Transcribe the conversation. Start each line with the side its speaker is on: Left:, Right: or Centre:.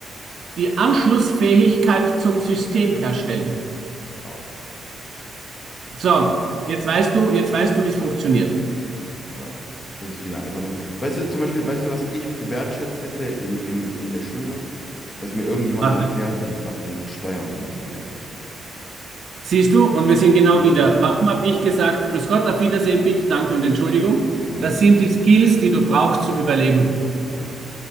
Right: die Anschlussfähigkeit zum System herstellen.
Left: Au.
Right: So, jetzt weißt du, jetzt weißt du, wie es funktioniert.
Left: Ja, oder? Das ist wieder einfach nur. Weißt du, zum Beispiel, weißt du, was ich gewertschätzt hätte in, im, in der Schule? Dass mir irgendjemand
Right: Warte.
Left: erklärt, wie fucking Steuern funktioniert.
Right: Siehst du, und wir sind genau
Left: Wie das.
Right: wieder. Warum habe ich gesagt, Grüß Gott, auf Wiedersehen, bitte, danke und Entschuldigung?
Left: Ja,
Right: Das sind die Skills, die du brauchst zum Überleben.
Left: ja.